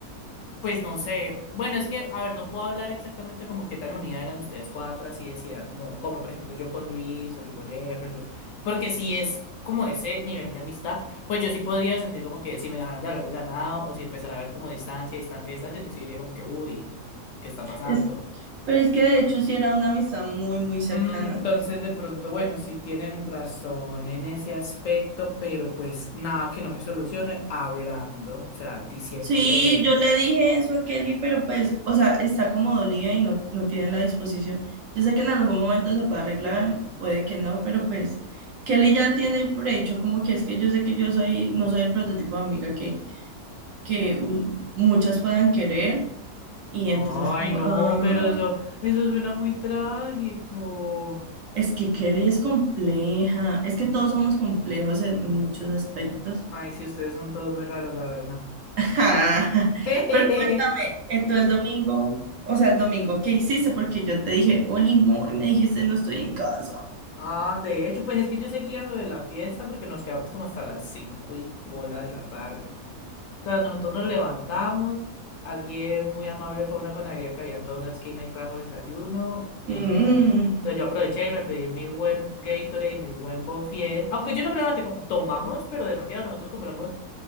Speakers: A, on the left; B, on the right.
A: pues no sé, bueno, es que, a ver, no puedo hablar exactamente como qué tan unidas eran ustedes cuatro, así de si eran como, como por ejemplo yo con Luis o yo con Jefferson, yo, porque si es como ese nivel de amistad, pues yo sí podría sentir como que si me dejaran de hablar de la nada o si empezara a ver como distancia, distancia, distancia, yo sí diría como que, uy, ¿qué está pasando?
B: Es, pero es que de hecho sí era una amistad muy, muy cercana.
A: Mm, Entonces, de pronto, bueno, sí tienen razón en ese aspecto, pero pues nada que no se solucione hablando, o sea, diciéndole,
B: Sí, yo le dije eso a Kelly, pero pues, o sea, está como dolida y no, no tiene la disposición. Yo sé que en algún momento se puede arreglar, puede que no, pero pues Kelly ya tiene prehecho como que es que yo sé que yo soy, no soy el prototipo de amiga que, que u- muchas puedan querer y
A: ay,
B: entonces como,
A: no,
B: ah,
A: pero eso, eso suena muy trágico.
B: es que Kelly es compleja, es que todos somos complejos en en muchos aspectos.
A: Ay, sí, ustedes son todos muy raros, la verdad.
B: Ja,
A: <laughs>
B: Pero cuéntame, eh, tú el domingo, o sea, el domingo, ¿qué hiciste? Porque yo te dije, Oli, amor, y me dijiste, no estoy en casa.
A: Ah, de hecho, pues es que yo seguía lo de la fiesta porque nos quedamos como hasta las cinco y bola de la tarde. sea, nosotros nos levantamos, alguien muy amable fue a una panadería que había en toda una esquina y trajo desayuno. Y,
B: Mm,
A: yo- eh, entonces yo aproveché y me pedí mi buen Gatorade y mi buen Bonfies. Aunque yo no me levanté, com- tomamos, pero demasiado. Nosotros compramos